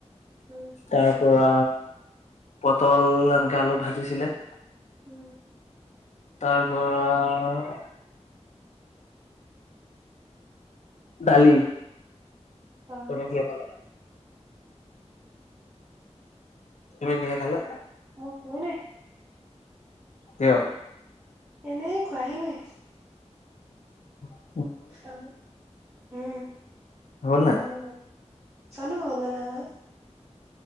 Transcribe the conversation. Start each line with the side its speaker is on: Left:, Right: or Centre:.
Right: উম।
Left: তাৰ পৰা পটল এনেকে আলু ভাজিছিলে।
Right: উম।
Left: তাৰ পৰা দালি।
Right: <unintelligible>
Left: তুমি কিহে খালা? তুমি কিহে খালা?
Right: মই খোৱাই নাই।
Left: কিয়?
Right: এনেই খোৱাহে নাই।
Left: ওম।
Right: খাম, উম।
Left: হ'ল নাই।
Right: হ'লে হ'ল, জানো হল নে নাই হোৱা?